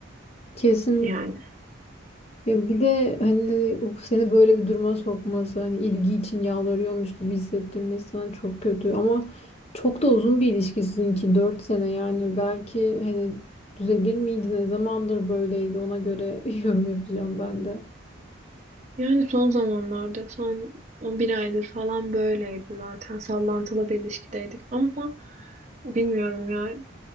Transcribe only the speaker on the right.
Yani.
Yani son zamanlarda son on bir aydır falan böyleydi zaten. Sallantılı bir ilişkideydik ama bilmiyorum ya.